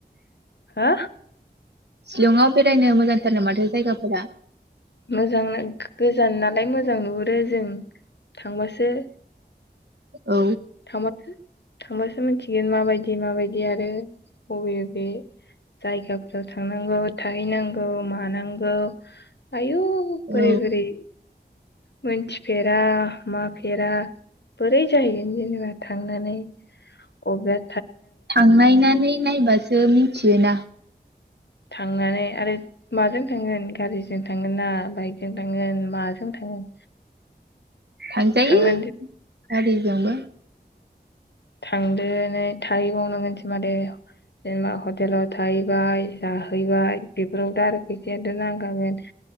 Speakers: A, on the left; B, on the right.
A: हो
B: सिलङाव बेरायनो मोजांथारनो माथो जायगाफोरा
A: मोजांनो गोजान नालाय मोजां नुहुरो जों थांबासो
B: औ
A: थांबा थांबासो मिथिगोन माबायदि माबायदि आरो बबे बबे जायगाफोराव थांनांगौ थाहैनांगौ मानांगौ आयु बोरै
B: औ
A: बोरै मोनथिफेरा माफेरा बोरै जाहैगोन जेनेबा थांनानै अब्ला
B: थांनायनानै नायबास सो मिथियोना
A: थांनानै आरो माजों थांगोन गारिजों थांगोन ना बाइकजों थांगोन माजों थांगोन
B: थांजायो
A: थांनानै
B: गारिजोंबो
A: थांदोनै थाहैबावनांगोनसो माथो जेनेबा हटेलाव थाहैबाय जाहैबाय बेफोरावथ आरो फैसायाथ नांखागोन